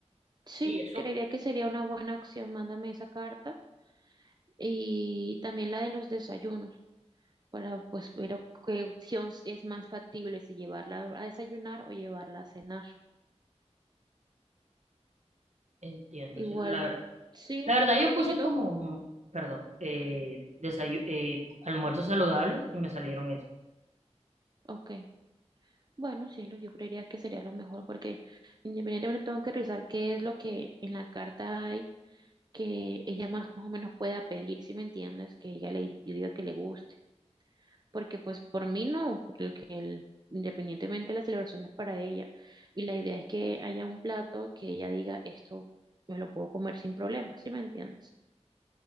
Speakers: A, on the right (about 35°); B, on the right (about 75°).
A: sí,
B: y eso
A: creería que sería una buena opción. Mándame esa carta y también la de los desayunos para pues ver qué opción es más factible, si llevarla a desayunar o llevarla a cenar.
B: entiendo,
A: Igual,
B: cielo, la verdad.
A: sí,
B: La verdad, yo
A: porque
B: puse
A: yo tengo,
B: como, perdón, eh, desayu- eh, almuerzos saludables y me salieron eso.
A: ok. Bueno, sí, es lo, yo creería que sería lo mejor porque independientemente tengo que revisar qué es lo que en la carta hay que ella más, más o menos pueda pedir, si me entiendes, que ella le yo diga que le guste. Porque pues por mí no, porque el- independientemente la celebración es para ella. Y la idea es que haya un plato que ella diga, esto me lo puedo comer sin problema, si me entiendes?